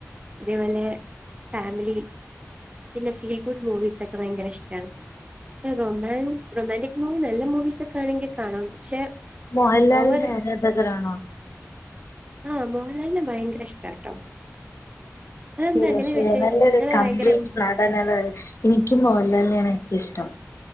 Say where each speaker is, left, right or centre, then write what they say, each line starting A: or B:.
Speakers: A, on the right; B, on the left.
A: അതേപോലെ ഫാമിലി പിന്നെ ഫീൽ ഗുഡ് മൂവീസ് ഒക്കെ ഭയങ്കര ഇഷ്ടാണ്. റൊമാൻ റൊമാന്റിക് മൂവി നല്ല മൂവീസ് ഒക്കെ ആണെങ്കി കാണും. പക്ഷെ
B: മോഹൻലാലിന്റെ
A: ഓവർ
B: ആരാധകരാണോ?
A: ആഹ് മോഹൻലാലിനെ ഭയങ്കര ഇഷ്ടാട്ടോ അതെന്താ
B: ശരിയാ
A: അങ്ങനെ
B: ശേ
A: ചോദിച്ചേ
B: നല്ലൊരു
A: നിങ്ങള്
B: കംപ്ലീറ്റ്
A: ഭയങ്കര
B: നടനല്ലേ എനിക്കും മോഹൻലാലിനെയാണ് ഏറ്റവും ഇഷ്ടം.